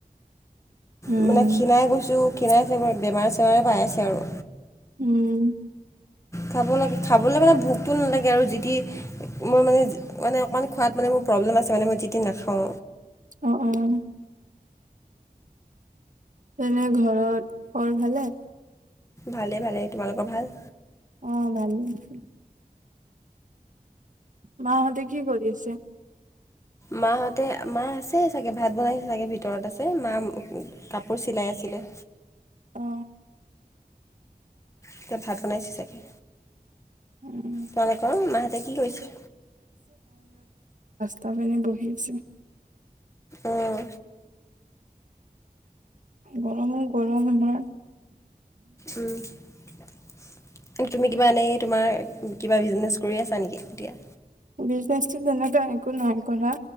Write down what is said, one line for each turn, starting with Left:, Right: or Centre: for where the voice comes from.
Right: উম
Left: মানে খীণাই গৈছোঁ খীণাই আছে বেমাৰে চেমাৰে পাই আছে আৰু
Right: উম
Left: খাব লাগে খাবলৈ মানে ভোকটো নালাগে আৰু যিটি মই মানে মানে অকণমান খোৱাত মানে মোৰ প্ৰব্লেম আছে মানে মই যিতি নাখাও
Right: অ অ অ তেনে ঘৰত কল ভালে
Left: ভালেই ভালেই তোমালোকৰ ভাল
Right: অ ভালে আছে মাহতে কি কৰি আছে
Left: মাহতে মা আছে চাগে ভাত বনাই চাগে ভিতৰত আছে মা কাপোৰ চিলাই আছিল <unintelligible>
Right: অ
Left: এতিয়া ভাত বনাইছে চাকে
Right: অ
Left: তোমালোকৰ মাহতে কি কৰিছে
Right: তাপ এনে বহি আছে
Left: অঁ
Right: গৰমো গৰম আমাৰ
Left: উম তুমি কিবা এনেই তোমাৰ কিবা বিজনেছ কৰি আছা নেকি এতিয়া
Right: বিজনেছো তেনেকুৱা একো নাই কৰা